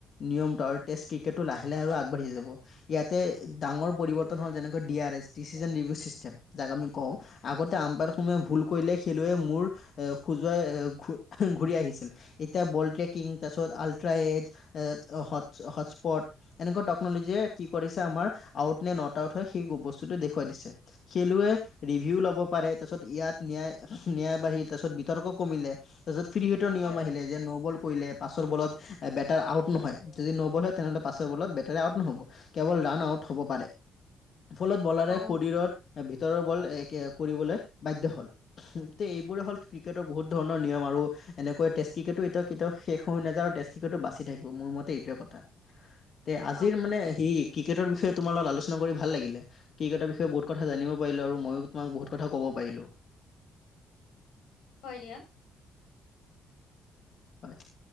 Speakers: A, on the left; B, on the left.
A: নিয়মটো আৰু টেষ্ট ক্ৰিকেটটো লাহে লাহে আৰু আগবাঢ়ি যাব। ইয়াতে ডাঙৰ পৰিৱৰ্তন হ'ল যেনেকৈ D R S, decision review system. যাক আমি কওঁ, আগতে আম্পায়াৰ সমূহে ভুল কৰিলে খেলুৱৈ মোৰ এ, খোজুৱাই এ, ঘূৰি আহিছিল, এতিয়া বল ট্ৰেকিং তাৰপিছত আলট্ৰা এজ হটছ্ হটস্পট এনেকুৱা টেকন'লজীয়ে কি কৰিছে আমাৰ আউট নে নট আউট হয় সেই বস্তু- দেখুৱাই দিছে, খেলুৱৈৰ ৰিভিউ ল'ব পাৰে- তাৰপিছত ইয়াত ন্যায়, ন্যায় বাঢ়িল তাৰ পিছত বিতৰ্ক কমিলে। তাৰিছত ফ্ৰী হীটৰ নিয়ম
B: হয়
A: আহিলে যে ন বল- কৰিলে, পাছৰ বলত বেটাৰ আউট নহয়, যদি ন বল হয় তেনে হ'লে পাছৰ বলত বেটাৰ আউট নহ'ব। কেৱল ৰাণ আউট হ'ব পাৰে। ফলত বলাৰে
B: অ
A: শৰীৰত- ভিতৰৰ বল এ কে কৰিবলৈ বাধ্য হ'ল, ত' এইবোৰে হ'ল ক্ৰিকেটৰ বহুত ধৰণৰ- নিয়ম আৰু এনেকৈ টেষ্ট ক্ৰিকেটো এতিয়া কেতিয়াও শেষ হৈ নাযায় আৰু টেষ্ট ক্ৰিকেটো বাচি থাকিব, মোৰ মতে এইটোৱে কথা। তে আজিৰ
B: আচ্ছা
A: মানে সি ক্ৰিকেটৰ বিষয়ে তোমাৰ লগত আলোচনা কৰি ভাল লাগিলে। ক্ৰিকটাৰ বিষয়ে বহুত কথা জানিব পাৰিলোঁ আৰু মইয়ো তোমাক বহুত কথা ক'ব পাৰিলোঁ।
B: হয় দিয়া।
A: হয়।